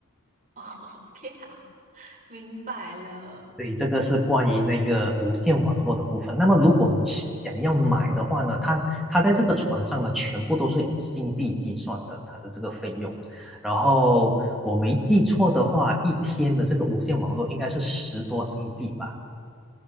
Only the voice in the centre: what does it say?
对，这个是关于那个无线网络的部分。那么，如果你想要买的话呢，它它在这个船上呢，全部都是以新币计算的，它的这个费用。然后我没记错的话，一天的这个无线网络应该是十多新币吧。